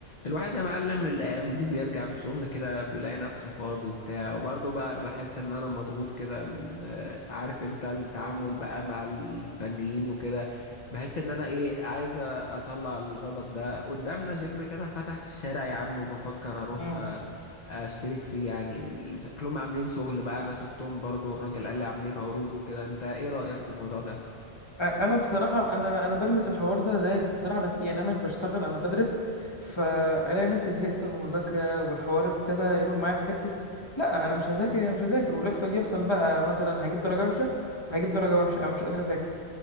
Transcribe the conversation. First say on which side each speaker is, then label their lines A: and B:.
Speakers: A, on the left; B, on the left.
A: الواحد يا معلم الايام دي بيرجع من الشغل كده بيلاقي نفسه فاضي وبتاع وبرضه بقى بحس ان انا مضغوط كده من آه، عارف انت التعامل بقى مع الفنيين وكده بحس ان انا ايه عايز اطلع الغضب ده قدامنا جيم كده فتح في الشارع يا عم وبفكر اروح
B: مم.
A: آه، اشترك فيه يعني ال- شكلهم عاملين شغل بقى انا شفتهم برضه والراجل قال لي عاملين عروض وكده انت ايه رأيك في الموضوع ده؟
B: أ- انا بصراحه انا انا بلمس الحوار ده زيك بصراحه بس يعني انا مش بشتغل انا بدرس فانا نفسي زهقت من المذاكره والحوار ابتدى يروح معايا في حته لا انا مش هذاكر يعني مش هذاكر واللي يحصل يحصل بقى انا مثلا هجيب درجه وحشه هجيب درجه وحشه انا مش قادر اذاكر